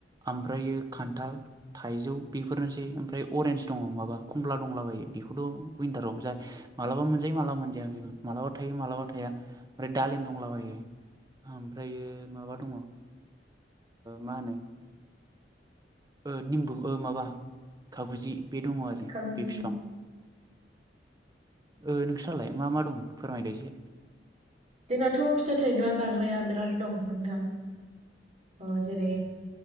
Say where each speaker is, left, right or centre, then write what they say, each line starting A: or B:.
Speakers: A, on the right; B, on the right.
A: ओमफ्रायो खान्थाल थाइजौ बेफोरनोसै ओमफ्राय अरेन्ज दङ माबा कमला दंलाबायो बेखौथ' उनटारावबो जा मालाबा मोनजायो मालाबा मोनजाया बे मालाबा थायो मालाबा थाया ओमफ्राय दालिम दंलाबायो। ओमफ्रायो माबा दङ ओ मा होनो ओ निमबु ओ माबा खागुजि बे दङ आरो
B: खागजि
A: बे फिफां। ओ नोंस्रालाय मा मा दं फोरमायदो एसे?
B: जोंनाथ' फिथाइ थायग्रा जाग्राया बिराद दं ओ नोंथां जेरै